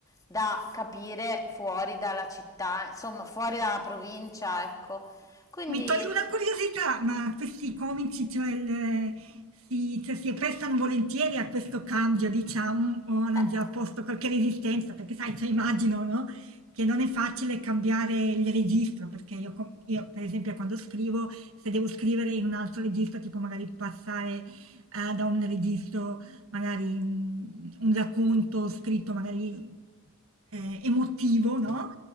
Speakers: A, on the left (about 15°); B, on the right (about 80°).
A: da capire fuori dalla città, insomma, fuori dalla provincia, ecco. Quindi,
B: Mi toglie una curiosità, ma questi comici, cioè, il- si, cioè, si prestano volentieri a questo cambio, diciamo, o hanno
A: eh,
B: già posto qualche resistenza, perché sai, cioè, immagino, no? Che non è facile cambiare il registro, perché io, com- io, per esempio, quando scrivo, se devo scrivere in un altro registro, tipo magari passare, eh, da un registro, magari mm, un racconto scritto magari eh, emotivo, no?